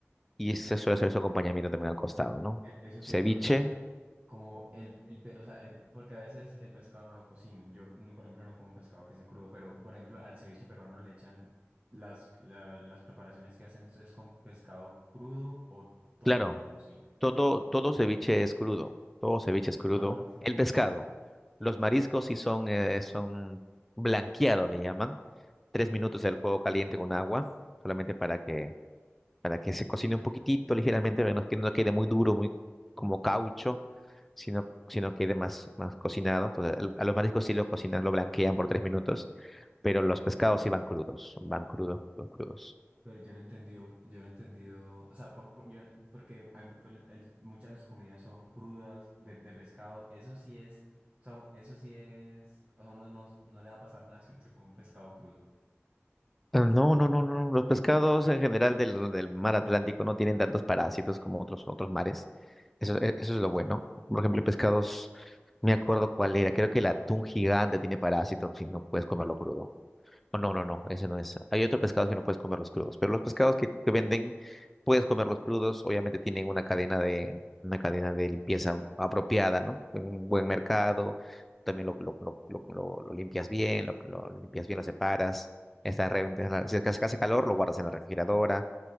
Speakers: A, in the centre; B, on the right.
A: y se suele hacer su acompañamiento también al costado,
B: Mm.
A: ¿no?
B: E- Eso
A: Ceviche,
B: te iba a preguntar. Como el, el pe- o sea, el- porque a veces el pescado no lo cocinan. Yo, mm, por ejemplo, no como pescado que sea crudo, pero, por ejemplo, al ceviche peruano le echan las, la- las preparaciones que hacen es es con pescado crudo o todo
A: claro,
B: se cocina.
A: Todo, todo ceviche es crudo, todo ceviche es crudo.
B: Ah, sí.
A: El pescado, los mariscos sí son, eh, son blanqueados, le llaman. Tres minutos del fuego caliente con agua, solamente para que, para que se cocine un poquitito, ligeramente, para que no, que no quede muy duro, muy como caucho, sino, sino quede más, más cocinado. Entonces, el- a los mariscos sí lo cocinan, lo blanquean por tres minutos, pero los pescados sí van crudos, van crudos, crudos, crudos.
B: Pero yo no he entendido, yo no he entendido, o sea, por, por- yo- porque hay- pues, el- muchas comidas son crudas, de, de pescado, eso sí es, o sea, eso sí es, o sea, uno no, no le va a pasar nada si no se come un pescado crudo.
A: Ah, No, no, no, no. Los pescados en general del, del mar Atlántico no tienen tantos parásitos como otros, otros mares. Eso, e- eso es lo bueno. Por ejemplo, pescados, no me acuerdo cuál era. Creo que el atún gigante tiene parásitos y no puedes comerlo crudo. Oh, No, no, no, ese no es. Hay otros pescados que no puedes comerlos crudos, pero los pescados que, que venden puedes comerlos crudos. Obviamente tienen una cadena de una cadena de limpieza apropiada, ¿no? Un buen mercado. También lo, lo, lo, lo, lo- lo limpias bien, lo, lo limpias bien, lo separas. Está re- en la- si es que hace calor, lo guardas en la refrigeradora.